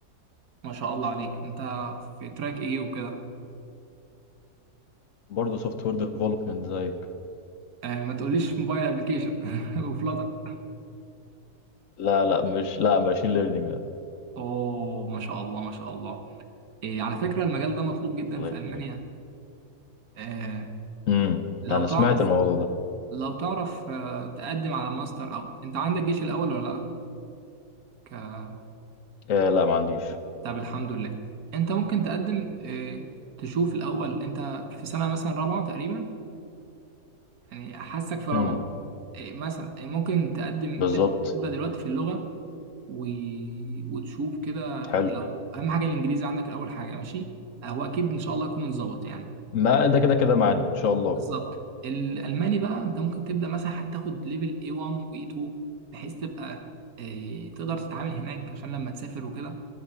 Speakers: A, on the right; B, on the left.
A: ما شاء الله عليك انت في تراك ايه وكده
B: برضه سوفت وير ديفلوبمنت زيك
A: آه، ما تقوليش في موبايل ابلكيشن <laughs> وفلاتر
B: لا لا مش لا ماشين ليرنينج لا
A: اوه ما شاء الله ما شاء الله إيه على فكرة المجال ده مطلوب جدا
B: الله
A: في
B: يخليك
A: المانيا آه،
B: امم
A: لو
B: انا
A: تعرف
B: سمعت الموضوع ده
A: لو تعرف آه، تقدم على ماستر او انت عندك جيش الاول ولا لا ك-
B: آه لا ما عنديش
A: طب الحمد لله انت ممكن تقدم آه، تشوف الاول انت في سنة مثلا رابعة تقريبا يعني حاسك في رابعة
B: امم
A: إيه مثلا إيه ممكن تقدم
B: بالظبط
A: تب- تبدأ دلوقتي في اللغة و... وتشوف كده
B: حلو
A: لو أهم حاجة الإنجليزي عندك أول حاجة ماشي هو أكيد إن شاء الله يكون متظبط يعني
B: ما ده كده كده معانا ان شاء الله
A: بالظبط الألماني بقى أنت ممكن تبدأ مثلا حتى تاخد ليفل A1 و A2 بحيث تبقى إيه تقدر تتعامل هناك عشان لما تسافر وكده